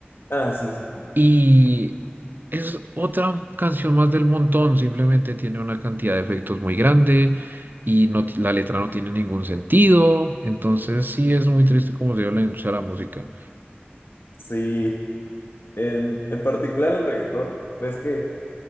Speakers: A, on the left; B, on the right.
A: Ah, sí, sí, sí.
B: y es otra canción más del montón, simplemente tiene una cantidad de efectos muy grande y no, ti- la letra no tiene ningún sentido, entonces sí es muy triste como se dio la industria de la música.
A: Sí, en, en particular el reggaetón, ves que